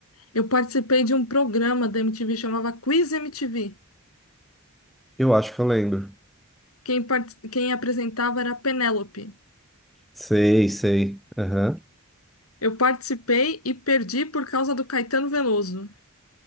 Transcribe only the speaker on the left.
eu participei de um programa da MTV, chamava Quiz MTV.
Quem, part... Quem apresentava era a Penélope.
Eu participei e perdi por causa do Caetano Veloso.